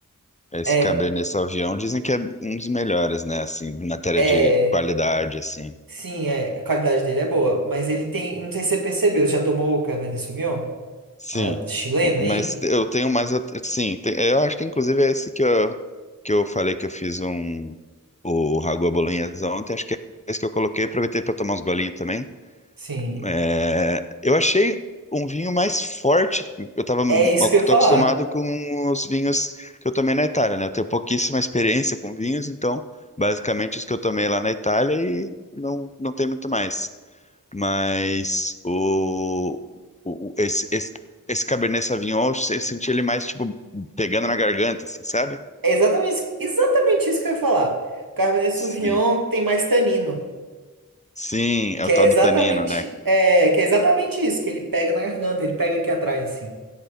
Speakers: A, on the left; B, on the right.
A: Esse
B: É,
A: Cabernet Sauvignon dizem que é um dos melhores, né? Assim, em matéria
B: é,
A: de qualidade, assim.
B: sim, é, a qualidade dele é boa, mas ele tem, não sei se você percebeu, você já tomou o Cabernet Sauvignon?
A: Sim,
B: Ah, chileno
A: mas
B: aí?
A: eu tenho mais. at- Sim, tem- eu acho que inclusive é esse que eu, que eu falei que eu fiz um. O Ragu à Bolonhesa ontem, acho que é esse que eu coloquei. Aproveitei para tomar uns golinhos também.
B: Sim.
A: É, eu achei um vinho mais forte. Eu tava,
B: É isso que eu ia
A: tô
B: falar.
A: acostumado com os vinhos que eu tomei na Itália, né? Eu tenho pouquíssima experiência com vinhos, então basicamente os que eu tomei lá na Itália e não, não tem muito mais. Mas o, o- o- esse, esse, esse Cabernet Sauvignon, eu se- senti ele mais tipo pegando na garganta, assim, sabe?
B: É exatamente, exatamente isso que eu ia falar. O Cabernet Sauvignon
A: Sim.
B: tem mais tanino,
A: Sim, é
B: que
A: o
B: é
A: tal
B: exatamente,
A: do tanino, né?
B: é, que é exatamente isso, que ele pega na garganta, ele pega aqui atrás, assim.